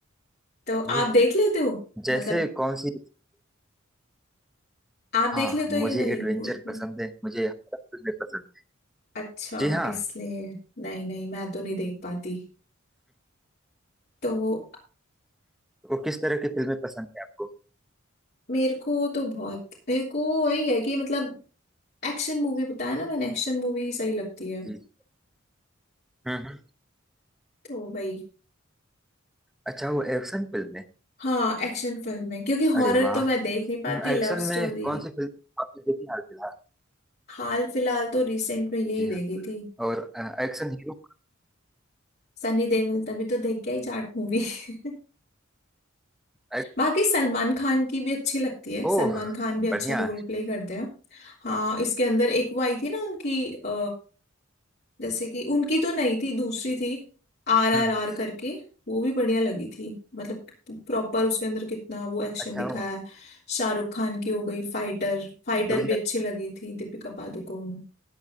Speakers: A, on the left; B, in the centre.
A: तो
B: ओ
A: आप देख लेते हो
B: जैसे
A: मतलब
B: कौन सी
A: आप देख
B: हाँ
A: लेते हो ये
B: मुझे
A: वाली
B: एडवेंचर
A: भूत भूत
B: पसंद है मुझे हॉरर फिल्में पसंद है
A: अच्छा
B: जी हाँ
A: इसलिए नहीं नहीं मैं तो नहीं देख पाती तो
B: वो किस तरह की फिल्में पसंद है आपको
A: मेरे को तो बहुत मेरे को वही है कि मतलब एक्शन मूवी बताया ना मैंने एक्शन मूवी सही लगती है
B: जी हम्म
A: तो वही
B: अच्छा वो एक्शन फिल्म है
A: हाँ एक्शन फिल्म है क्योंकि हॉरर
B: अरे वाह
A: तो मैं देख नहीं पाती
B: एक्शन
A: लव स्टोरी
B: में कौन सी फिल्म आपने देखी हाल फिलहाल
A: हाल फिलहाल तो रिसेंट में यही
B: जी
A: देखी
B: हाँ
A: थी
B: और एक्शन हीरो
A: सनी देओल तभी तो देख के आई जाट मूवी <laughs>
B: एक,
A: बाकी सलमान खान की भी अच्छी लगती है सलमान
B: ओह
A: खान भी अच्छा
B: बढ़िया
A: रोल प्ले करते हैं हाँ इसके अंदर एक वो आई थी ना उनकी अ, जैसे कि उनकी तो नहीं थी दूसरी थी आर आर
B: हम्म
A: आर
B: हम्म।
A: करके वो भी बढ़िया लगी थी मतलब प्रॉपर उसके अंदर कितना वो एक्शन
B: अच्छा
A: दिखाया
B: वो
A: है शाहरुख खान की हो गई फाइटर फाइटर
B: जूनियर
A: भी अच्छी लगी थी दीपिका पादुकोण